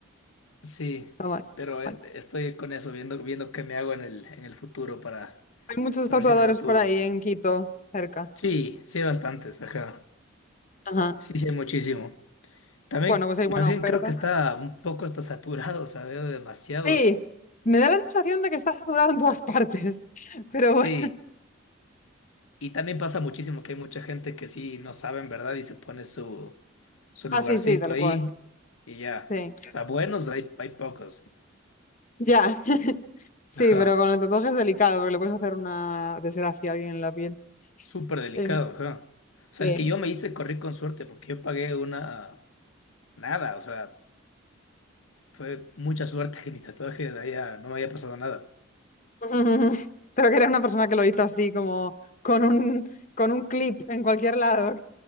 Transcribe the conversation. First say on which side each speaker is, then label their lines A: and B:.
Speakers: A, on the left; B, on the left.
A: Sí,
B: Está mal.
A: pero eh,
B: Mal.
A: estoy con eso, viendo, viendo qué me hago en el, en el futuro para,
B: Hay muchos
A: para
B: tatuadores
A: ver si me tatúo.
B: por ahí en Quito, cerca.
A: Sí, sí hay bastantes, ajá.
B: Ajá.
A: Sí, sí hay muchísimo. También,
B: Bueno, pues hay buena
A: más
B: oferta.
A: bien creo que está un poco está saturado, o sea, veo demasiados.
B: Sí, me da la sensación de que está saturado en todas partes, <laughs> pero
A: Sí,
B: bueno.
A: y también pasa muchísimo que hay mucha gente que sí no sabe en verdad y se pone su, su
B: Ah,
A: lugarcito
B: sí, sí, tal
A: ahí
B: cual.
A: y ya.
B: Sí.
A: O sea, buenos hay, hay pocos.
B: Ya. <laughs> Sí,
A: Ajá,
B: pero con el tatuaje es delicado porque le puedes hacer una desgracia a alguien en la piel.
A: súper delicado,
B: Eh,
A: ajá. O sea,
B: Sí.
A: el que yo me hice corrí con suerte porque yo pagué una... Nada, o sea, fue mucha suerte que mi tatuaje de allá no me haya pasado nada.
B: <laughs> Pero que era una persona que lo hizo así, como con un, con un clip en cualquier lado.